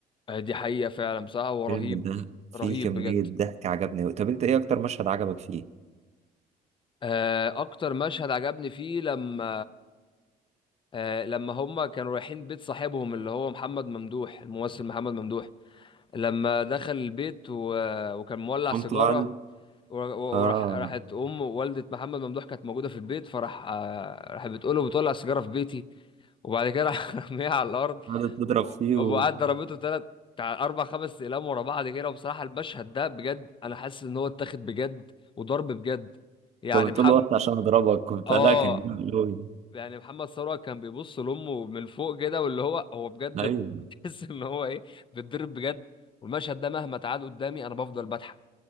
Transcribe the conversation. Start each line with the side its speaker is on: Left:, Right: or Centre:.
Left: آه، دي حقيقة فعلا بصراحة هو رهيب
Right: الفيلم ده فيه
Left: رهيب
Right: كميه
Left: بجد
Right: ضحك عجبني قوي طب انت ايه اكتر مشهد عجبك فيه
Left: آه، أكتر مشهد عجبني فيه لما آه، لما هما كانوا رايحين بيت صاحبهم اللي هو محمد ممدوح الممثل محمد ممدوح لما دخل البيت و... وكان مولع
Right: قمت
Left: سيجارة
Right: قاعد
Left: ور- وراح
Right: اه
Left: راحت ام والده محمد ممدوح كانت موجوده في البيت فراح آه، راحت بتقول له بتولع السيجاره في بيتي وبعد كده راح <laughs> رميها على الارض
Right: قاعدة تضرب فيه وكانت
Left: وقعد ضربته ثلاث بتاع اربع خمس اقلام ورا بعض كده وبصراحه المشهد ده بجد انا حاسس ان هو اتاخد بجد وضرب بجد يعني
Right: بتقول
Left: محمد
Right: له وقت عشان اضربك وبتاع
Left: اه
Right: لا كان جامد قوي
Left: يعني محمد ثروت كان بيبص لامه من فوق كده واللي هو هو بجد
Right: ايوه
Left: <laughs> تحس ان هو ايه بيتضرب بجد والمشهد ده مهما تعاد قدامي انا بفضل بضحك